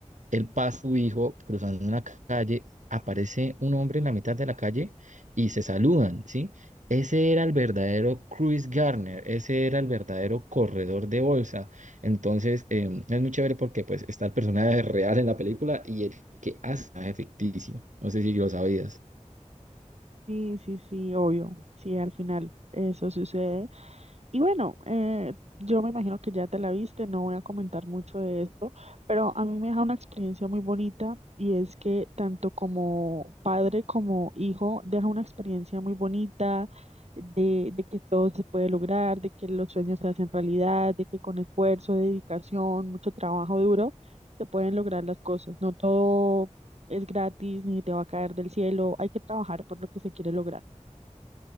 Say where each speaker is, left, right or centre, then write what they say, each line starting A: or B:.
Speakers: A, on the right (about 75°); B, on the right (about 60°).
A: él pasa su hijo cruzando una calle, aparece un hombre en la mitad de la calle y se saludan, ¿sí? Ese era el verdadero Chris Garner, ese era el verdadero corredor de bolsa. Entonces, eh, es muy chévere porque pues está el personaje real en la película y el que hace es ficticio. No sé si lo sabías.
B: Sí, sí, sí, obvio. Sí, al final eso sucede. Y bueno, eh, yo me imagino que ya te la viste, no voy a comentar mucho de esto, pero a mí me deja una experiencia muy bonita y es que tanto como padre como hijo deja una experiencia muy bonita de, de que todo se puede lograr, de que los sueños se hacen realidad, de que con esfuerzo, dedicación, mucho trabajo duro, se pueden lograr las cosas. No todo es gratis ni te va a caer del cielo, hay que trabajar por lo que se quiere lograr.